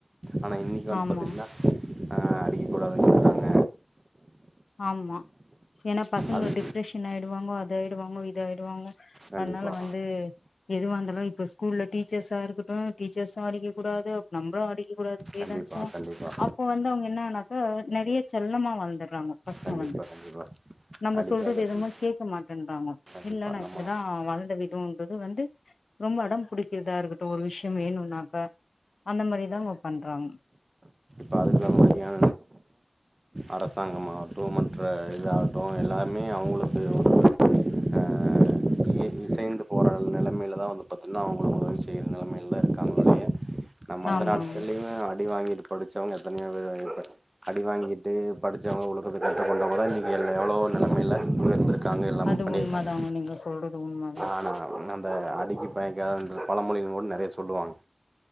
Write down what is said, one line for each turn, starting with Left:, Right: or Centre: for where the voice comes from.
Right: ஆனா இனைக்கு வந்து
Left: ஆமா
Right: பாத்தீங்கன்னா அடிக்கக்க கூடாதுனு சொல்டாங்க
Left: ஆமா எனா பசங்க
Right: அது
Left: டிப்ரஷன் ஆயிடுவாங்கோ அது ஆயிடுவாங்கோ இது ஆயிடுவாங்கோ
Right: கண்டிப்பா
Left: அதுனால வந்து எதுவா இருந்தாலு இப்ப ஸ்கூல்ல டீச்சர்ஸா இருக்கட்டு டீச்சர்ஸு அடிக்க கூடாது நம்பளு அடிக்க கூடாது பேரன்ஸு
Right: கண்டிப்பா கண்டிப்பா
Left: அப்போ வந்து அவுங்க எனான்னாக்கா நெறைய செல்லமா வளந்தறாங்க
Right: கண்டிப்பா
Left: வந்து
Right: கண்டிப்பா
Left: நம்ப
Right: அடிக்காத
Left: சொல்றது எதுமே
Right: பிள்ள
Left: கேட்க மாட்டேன்றாங்க
Right: கண்டிப்பா
Left: இல்ல நா
Right: நம்ம
Left: இப்டிதா வளந்த விதோன்றது வந்து ரொம்ப அடம் புடிக்கறதா இருக்கட்டு ஒரு விஷயோ வேணும்னாக்கா அந்த மாரிதா அவுங்க பண்றாங்க
Right: பாராதக்கிராம் மாரியா அரசாங்கமாகட்டு மற்ற இதாகட்டு எல்லாமே அவுங்களுக்கு ஒரு ஆ இ இசைந்து போராட நெலமைல தா வந்து பாத்தீங்கன்னா அவுங்களு உதவி செய்கிற நெலமைல தா இருக்காங்களுடைய நம்ப அந்த
Left: ஆமாங்க
Right: நாட்கள்லயு அடி வாங்கிட்டு படிச்சவங்க எத்தனையோ பேரு அடி வாங்கி ட்டு படிச்சவங்க ஒழுக்கத்துக்கு கட்டுபட்டவங்கதா இன்னைக்கு எல் எவ்ளோ நெலமையில உயர்ந்திருக்காங்க எல்லாம
Left: அது
Right: பண்ணியிருக்காங்க
Left: உண்மதாங்க நீங்க சொல்றது உண்ம தா
Right: ஆனால் அந்த அடிக்கு தயங்காத பழமொழி கூட நெறைய சொல்லுவாங்க